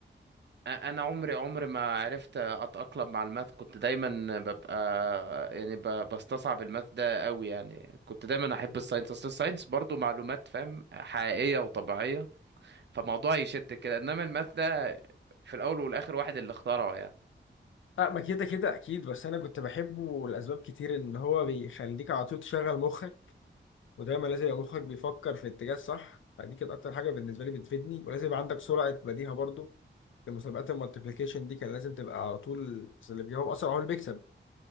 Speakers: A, on the right; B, on the left.
A: انا عمري عمري ما عرفت اتأقلم مع الماث كنت دايما ببقى يعني ب... بستصعب الماث ده قوي يعني كنت دايما احب الساينس اصل الساينس برضو معلومات فاهم حقيقية وطبيعية فموضوع يشد كده انما الماث ده في الاول والاخر واحد اللي اخترعه يعني
B: لا ما كده كده اكيد بس انا كنت بحبه لاسباب كتير ان هو بيخليك على طول تشغل مخك ودايما لازم يبقى مخك بيفكر في اتجاه صح فدي كانت اكتر حاجه بالنسبه لي بتفيدني ولازم يبقى عندك سرعه بديهه برضو في مسابقات المالتيبليكيشن دي كان لازم تبقى على طول بس اللي بيجاوب اسرع هو اللي بيكسب